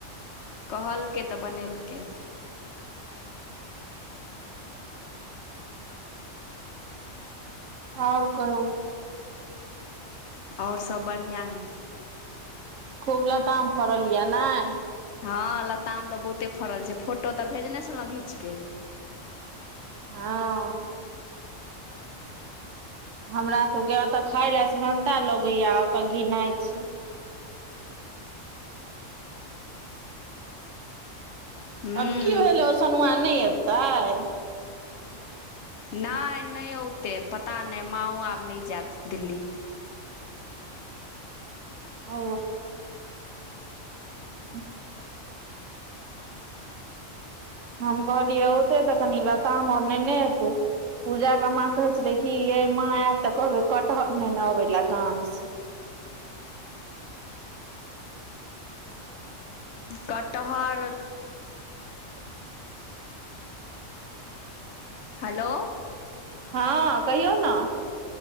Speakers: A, on the left; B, on the right.
A: कहलकै तऽ बनेलकै।
B: आओर कहु।
A: आओर सभ बढ़िआँ हइ।
B: खूब लताम फरल यै नय?
A: हँ लताम तऽ बहुते फड़ल छैय फोटो तऽ भेजने छलौ घिचके।
B: हँ हमरा सबके एतऽ खााय लए सेहन्ता लगैया ओतऽ घिनाइ छै
A: हूँ
B: आब की भेलै ओ सनुआ नय अबतै
A: नहि नहि ओते पता नहि माँओ आब नहि जायत दिल्ली
B: ओ ह्म <unintelligible> हम कहलियै औते तऽ कनि लताम आओर नेने ऐतै पूजा कऽ माँ कहे छले की ये माँ ऐत तऽ कहबे कटहर नहि ने अबे ला गाम सऽ
A: कटहर हेलो
B: हँ कहियौ नऽ